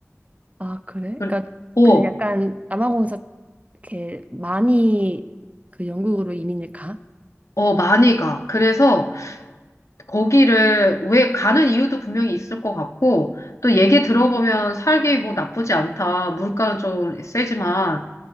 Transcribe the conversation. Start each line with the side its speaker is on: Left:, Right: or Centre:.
Right: 아, 그래?
Left: 그-
Right: 그러니까
Left: 어,
Right: 그 약간 남아공에서 이렇게 많이 그 영국으로 이민을 가?
Left: 어, 많이 가. 그래서 거기를 왜 가는 이유도 분명히 있을 것 같고, 또 얘기 들어보면 살기 뭐 나쁘지 않다. 물가는 좀 세지만,